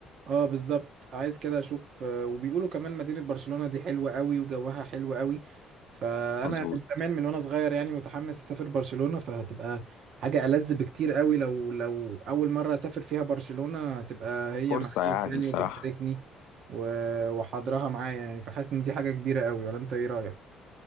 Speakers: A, on the right; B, on the left.
A: اه بالظبط عايز كده اشوف آه، وبيقولوا كمان مدينة برشلونة دي حلوة قوي وجوها حلو قوي فانا
B: مظبوط
A: من زمان من وانا صغير يعني متحمس اسافر برشلونة فهتبقى حاجة ألذ بكتير قوي لو لو اول مرة اسافر فيها برشلونة هتبقى هي
B: فرصة
A: معايا
B: يعني
A: يعني
B: صراحة
A: وبتشاركني و- وحاضرها معايا يعني فحاسس ان دي حاجة كبيرة قوي ولا انت ايه رأيك